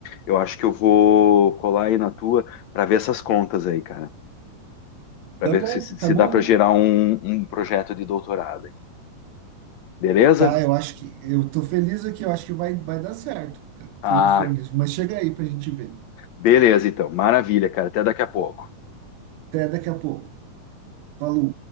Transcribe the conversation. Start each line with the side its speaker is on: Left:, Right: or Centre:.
Left: eu acho que eu vou colar aí na tua pra ver essas contas aí, cara. para
Right: Tá
Left: ver
Right: bom,
Left: se, se
Right: tá bom.
Left: dá para gerar um, um projeto de doutorado. Beleza?
Right: Tá, eu acho que. Eu tô feliz aqui, eu acho que vai, vai dar certo, cara,
Left: Ah,
Right: se a gente for nisso. Mas chega aí pra gente ver.
Left: beleza, então. Maravilha, cara. Até daqui a pouco.
Right: Até daqui a pouco. Falou.